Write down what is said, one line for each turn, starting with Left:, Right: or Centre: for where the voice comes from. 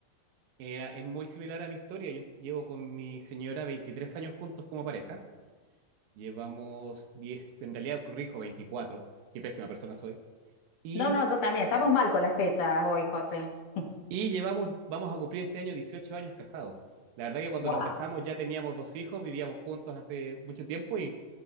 Right: Era, es muy similar a mi historia. Yo llevo con mi señora 23 años juntos como pareja. llevamos diez en realidad corrijo 24, qué pésima persona soy, y,
Left: No, no, yo también, estamos mal con las fechas hoy, José. <laughs>
Right: y llevamos, vamos a cumplir este año 18 años casados. La verdad que cuando
Left: Wow.
Right: nos casamos ya teníamos dos hijos, vivíamos juntos hace mucho tiempo y